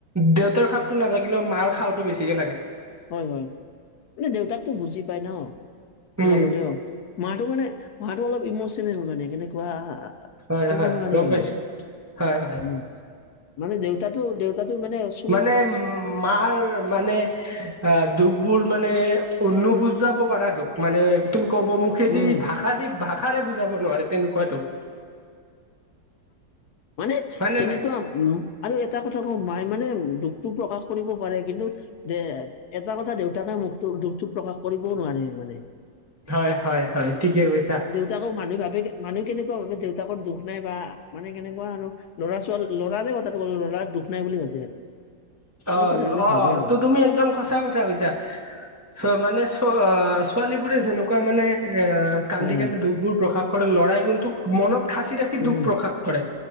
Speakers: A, on the right; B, on the left.
A: দেউতাৰ সাঁপটো নালাগিলেও মাৰ সাওঁটো বেছিকে লাগে।
B: হয় হয়, এনে দেউতাকটো বুজি পাই ন
A: উম
B: অলপ হলেও। মাটো মানে মাটো অলপ ইমোচনেল মানে কেনেকুৱা
A: হয়
B: ক'ব
A: হয়
B: নোৱাৰি
A: গম
B: আৰু
A: পাইছো হয় হয়
B: উম মানে দেউতাটো দেউতাটো মানে চু
A: মানে উম মাৰ মানে আহ দুখবোৰ মানে অ নুবুজাব পাৰা ধোক মানে তুমি কব মুখেদি
B: উম
A: ভাষা দি ভাষাৰে বুজাব নোৱাৰে তেনেকুৱা দূখ।
B: মানে
A: হয় নে
B: কিনেকুৱা
A: নাই
B: উম আৰু এটা কথা কওঁ মায়ে মানে দুখটো প্ৰকাশ কৰিব পাৰে কিন্তু দে এটা কথা দেউতাকে মুখটো দুখটো প্ৰকাশ কৰিবও নোৱাৰে মানে।
A: হয় হয় হয়, ঠিকে কৈছা।
B: ত আকৌ মানুহ ভাবে মানুহ কেনেকুৱা ভাবে দেউতাকৰ দুখ নাই বা মানে কেনেকুৱা আৰু ল'ৰা - ছোৱালী, ল'ৰাৰে কথাটো ক'লো ল'ৰাৰ দুখ নাই বুলি ভাবে আৰু। এনেকুৱা
A: অল,
B: ধৰণে ভাবে
A: অ
B: আৰু
A: ত তুমি একদম সচা কথা কৈছা, চ মানে চ আ ছোৱালীবোৰে যেনো কুৱা মানে ৰা কান্দি
B: হয়
A: -
B: হয়
A: কান্দি দুখবোৰ প্ৰকাশ কৰে, লৰাই কিন্তু মনত খাচি ৰাখি
B: উম
A: দুখ প্ৰকাশ কৰে,